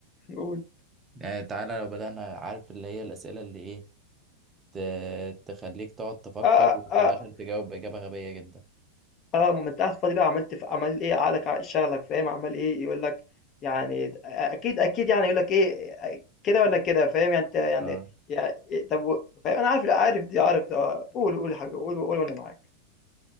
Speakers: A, on the left (about 30°); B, on the right (about 20°).
A: قول
B: يعني تعالى لو بدانا عارف اللي هي الاسئله اللي ايه ت- تخليك تقعد تفكر
A: اه اه
B: وفي
A: اه
B: الاخر تجاوب باجابه غبيه جدا
A: اه ما انت قاعد فاضي بقى عملت في عمل ايه عقلك ع- شغلك فاهم عمل ايه يقول لك يعني اكيد اكيد يعني يقول لك ايه كده ولا كده فاهم يعني انت يعني
B: اه
A: يعني إيه، طب و- فاهم انا عارف لا عارف دي عارف ده قول قول يا حبيبي قول قول وانا معاك